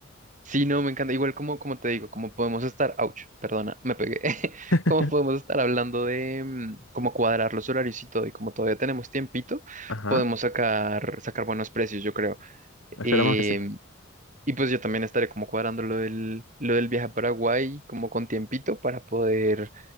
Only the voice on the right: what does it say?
Sí, no, me encanta. Igual como, como te digo, como podemos estar, ouch, perdona, me pegué, <laughs>
como podemos estar hablando de mm, cómo cuadrar los horarios y todo, y como todavía tenemos tiempito,
podemos sacar, sacar buenos precios, yo creo.
Eh,
y pues yo también estaré como cuadrando lo del, lo del viaje a Paraguay, como con tiempito, para poder,